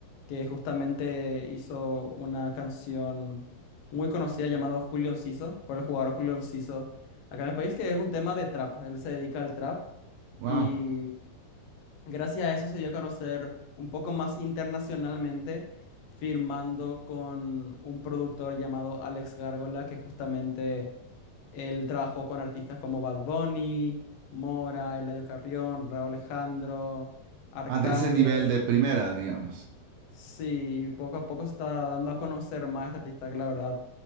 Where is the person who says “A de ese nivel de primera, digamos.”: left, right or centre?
Right